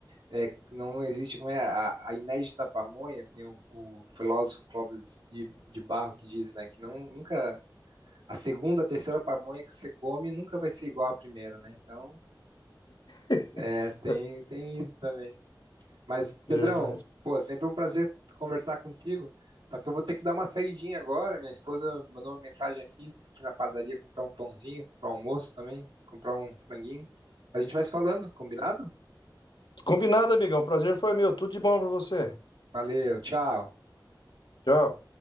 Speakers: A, on the right; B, on the left.
A: é, não existe. Como é, a, a inédita pamonha, tem o, o filósofo Clóvis de, de Barro que diz, né, que não, nunca. a segunda, a terceira pamonha que você come nunca vai ser igual à primeira, né? Então,
B: <laughs>
A: é, tem, tem isso também. Mas, Pedrão,
B: Verdade.
A: pô, sempre um prazer conversar contigo. Só que eu vou ter que dar uma saidinha agora. Minha esposa mandou uma mensagem aqui, vou ter que ir na padaria comprar um pãozinho para o almoço também, comprar um franguinho. A gente vai se falando, combinado?
B: Combinado, amigão. Prazer foi meu. Tudo de bom pra você.
A: Valeu, tchau.
B: Tchau.